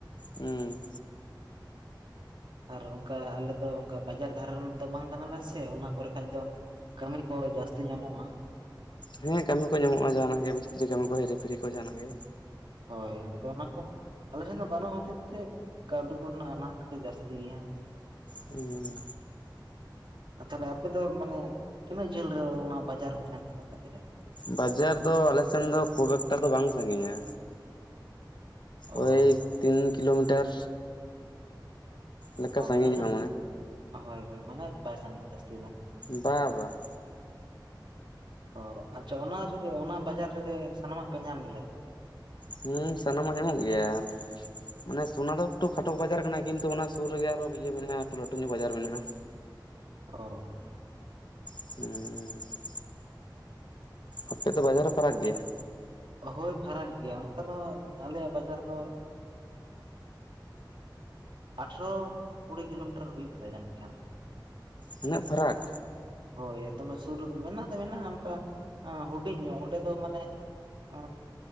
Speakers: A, on the left; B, on the right.
A: ᱦᱩᱸ
B: <inaudible> ᱟᱨ ᱚᱱᱠᱟ ᱟᱞᱮ ᱫᱚ ᱚᱱᱠᱟ ᱵᱟᱡᱟᱨ ᱫᱷᱟᱨᱮ ᱫᱚ ᱵᱟᱝ ᱠᱟᱱᱟᱞᱮ ᱥᱮ ᱚᱱᱟ ᱯᱚᱨᱮ ᱠᱷᱟᱡ ᱫᱚ ᱠᱟᱹᱢᱤ ᱠᱚ ᱡᱟᱹᱥᱛᱤ ᱧᱟᱢᱚᱜ-ᱟ
A: ᱦᱮᱸ ᱠᱟᱹᱢᱤ ᱠᱚ ᱧᱟᱢᱚᱜ-ᱟ ᱡᱟᱦᱟᱱᱟᱜ ᱜᱮ ᱢᱤᱥᱛᱨᱤ ᱠᱟᱹᱢᱤ ᱠᱚ ᱦᱤᱨᱤ ᱯᱷᱤᱨᱤ ᱠᱚ ᱡᱟᱦᱟᱸᱱᱟᱜ ᱜᱮ
B: ᱦᱚᱭ ᱟᱫᱚ ᱚᱱᱟ ᱠᱚ ᱟᱞᱮ ᱥᱮᱱ ᱫᱚ ᱵᱟᱱᱩᱜ ᱦᱚᱛᱮ ᱛᱮ ᱠᱟᱣᱰᱤ ᱠᱚ ᱨᱮᱱᱟᱜ ᱟᱱᱟᱴ ᱠᱟᱹᱴᱤᱡ ᱡᱟᱹᱥᱛᱤ ᱜᱮᱭᱟ
A: ᱦᱩᱸ
B: ᱟᱪᱪᱷᱟ ᱛᱟᱦᱚᱞᱮ ᱟᱯᱮ ᱫᱚ ᱢᱟᱱᱮ ᱛᱤᱱᱟᱹᱜ ᱡᱷᱟᱹᱞ ᱨᱮ ᱚᱱᱟ ᱵᱟᱡᱟᱨ ᱠᱚ ᱫᱚ ᱦᱮᱱᱟᱜ ᱟᱠᱟᱫ ᱛᱟᱯᱮᱭᱟ
A: ᱵᱟᱡᱟᱨ ᱫᱚ ᱟᱞᱮᱥᱮᱱ ᱫᱚ ᱠᱷᱩᱵ ᱮᱠᱴᱟ ᱫᱚ ᱵᱟᱝ ᱥᱟᱺᱜᱤᱧᱟ
B: ᱚ
A: ᱳᱭ ᱛᱤᱱ ᱠᱤᱞᱳᱢᱤᱴᱟᱨ ᱞᱮᱠᱟ
B: ᱚ
A: ᱥᱟᱺᱜᱤᱧᱚᱜᱼᱟ
B: ᱢᱟᱱᱮ ᱦᱟᱸᱜ ᱦᱳᱭ ᱦᱳᱭ ᱢᱟᱱᱮ ᱵᱟᱭ ᱥᱟᱺᱜᱤᱧᱟ ᱡᱟᱹᱥᱛᱤ ᱫᱚ
A: ᱵᱟ ᱵᱟᱝ
B: ᱚ ᱟᱪᱪᱷᱟ ᱚᱱᱟ ᱨᱮᱜᱮ ᱚᱱᱟ ᱵᱟᱡᱟᱨ ᱨᱮᱜᱮ ᱥᱟᱱᱟᱢᱟᱜ ᱯᱮ ᱧᱟᱢ ᱜᱮᱭᱟ ᱛᱚ
A: ᱦᱩᱸ ᱥᱟᱱᱟᱢᱟᱜ ᱧᱟᱢᱚᱜ ᱜᱮᱭᱟ ᱢᱟᱱᱮ ᱥᱚᱱᱟ ᱫᱚ ᱮᱠᱴᱩ ᱠᱷᱟᱴᱚ ᱵᱟᱡᱟᱨ ᱠᱟᱱᱟ ᱠᱤᱱᱛᱩ ᱚᱱᱟ ᱥᱩᱨ ᱨᱮᱜᱮ ᱟᱨᱦᱚᱸ ᱤᱭᱟᱹ ᱢᱮᱱᱟᱜ-ᱟ ᱮᱠᱴᱩ ᱞᱟᱹᱴᱩ ᱧᱚᱜ ᱵᱟᱡᱟᱨ ᱢᱮᱱᱟᱜ-ᱟ
B: ᱚ
A: ᱦᱩᱸ ᱟᱯᱮ ᱫᱚ ᱵᱟᱡᱟᱨ ᱦᱚᱸ ᱯᱷᱟᱨᱟᱠ ᱜᱮᱭᱟ
B: ᱦᱳᱭ ᱯᱷᱟᱨᱟᱠ ᱜᱮᱭᱟ ᱚᱱᱠᱟ ᱫᱚ ᱟᱞᱮᱭᱟᱜ ᱵᱟᱡᱟᱨ ᱫᱚ ᱟᱴᱷᱨᱚ ᱠᱩᱲᱤ ᱠᱤᱞᱳᱢᱤᱴᱟᱨ ᱦᱩᱭᱩᱜ ᱛᱟᱞᱮᱭᱟ ᱡᱟᱹᱱᱤᱡ ᱠᱷᱟᱱ
A: ᱩᱱᱟᱹᱜ ᱯᱷᱟᱨᱟᱠ
B: ᱦᱳᱭ ᱫᱚᱢᱮ ᱥᱩᱨ ᱨᱮᱫᱚ ᱢᱮᱱᱟᱜ ᱫᱚ ᱢᱮᱱᱟᱜ-ᱟ ᱚᱱᱠᱟ ᱦᱩᱰᱤᱧ ᱧᱚᱜ ᱚᱸᱰᱮ ᱫᱚ ᱢᱟᱱᱮᱜ ᱚ